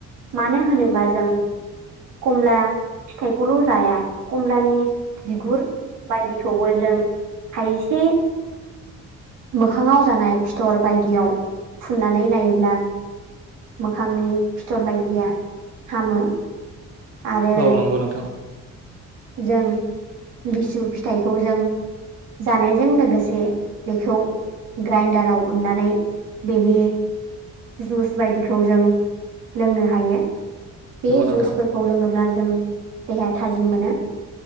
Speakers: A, on the right; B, on the right.
A: मानो होनोबा जों कमला फिथाइखौल' जाया कमलानि बिगुर बायदिखौबो जों खायसे मोखाङाव जानाय फिथर बायदियाव फुननानै लायोब्ला मोखांनि फिथर बायदिया हामो। आरो
B: औ नंगौ नोंथां
A: जों लिसु फिथाइखौ जों जानायजों लोगोसे बेखौ ग्राइनदाराव उननानै बेनि जुस बायदिखौ जों लोंनो हायो। बे
B: नंगौ नोंथां
A: जुइसफोरखौ लोङोब्ला जों देहाया थाजिम मोनो।